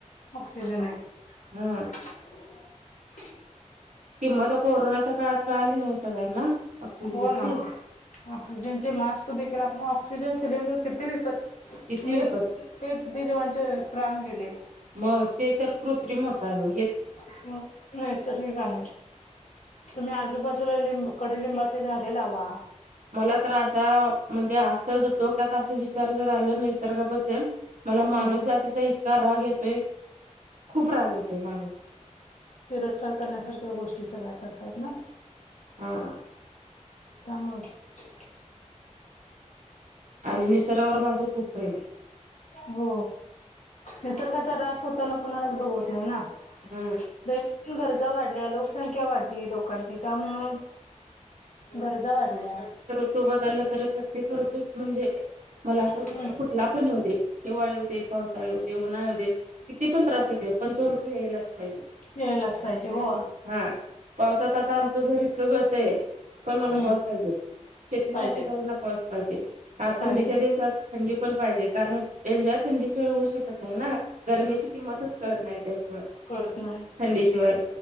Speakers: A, on the left; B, on the right.
A: ऑक्सिजन <unintelligible>
B: हा. किंमत कोरोनांच्या काळांत काळं आली नवं सगळ्यांना ऑक्सिजनची.
A: हो नां ऑक्सिजनचे मास्क देखील आपलां ऑक्सिजन सिलेंडर किती विकतं
B: किती
A: मळूंन
B: विकत
A: ते ते जवांचे प्राण गेले
B: मंग ते तरं कृत्रिम होतांल
A: हे तरं नैसर्गिक आहे तुम्हीं आजूंबाजूंला लिं कडूलिंबाचे झाडें लांवा
B: मलां तरं अशा म्हणजे असं डोक्यांत असं विचार जरं आलं निसर्गाबद्दल मलां
A: हम्म
B: मानव जातीचा इतकां रांग येतोय खूंप रांग येतोय मानस जातीचा
A: तिरस्कांर करण्यांसारख्या गोष्टी सगळ्यां करतांय नां
B: हां
A: त्यामुळें सं
B: आणि निसर्गावर माझं खूंप प्रेम आहे
A: हो निसर्गाचा रांस होतांना कोणालाच बघंवत नाहीं नां
B: हम्म.
A: ब <unintelligible> गरजां वाढल्यां लोकसंख्या वाढली लोकांची त्यांमुळं गरजां वाढल्यां
B: ऋंतू बदलला तरी प्रत्येक ऋतूंत म्हणजे मलां असां
A: हम्म
B: ऋंतू कुंठला पणं येऊ दे हिवाळी येऊ दे पावसाळी येउदे उन्हाळे येऊ दे किती पणं त्रास होउदे पणं तो ऋंतू यांयलाच पाहिजे
A: यायलाच पाहिजे हो
B: हां पावसांत आंता आमचं घरं इतकं गळतयं पणं
A: हम्म
B: मलां पाऊस पाहिजे शेतीसांठी
A: पाहिजे
B: कांहीं होईना पाऊस पाहिजे हं थंडीच्या
A: पाहिजे
B: दिवसांत थंडी पणं पाहिजे कारणं एन्जॉय थंडी शिवाय होऊचं शकतं नाहीं नां गरमीची किंमतचं कळतं नाहीं त्याशिवाय
A: कळत नाही
B: थंडीशिवाय